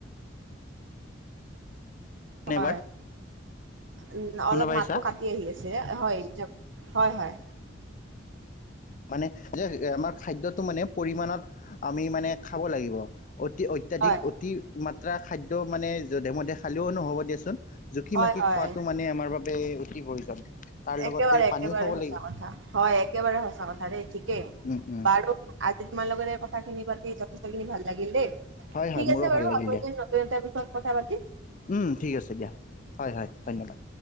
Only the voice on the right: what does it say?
হয়
উম
অলপ
মাতো কাটি কি আহি আছে? হয় হয় হয়।
হয়
হয়
হয়
একেবাৰে একেবাৰে
সঁচা
কথা। হয়, একেবাৰে সঁচা কথা ৰে ঠিকেই।
বাৰু আজি তোমাৰ লগতে কথাখিনি পাতি যথেষ্টখিনি ভাল লাগিল দেই‌।
ঠিক
আছে বাৰু
আকৌ
দুই এটাৰ বিষয়ত কথা পাতি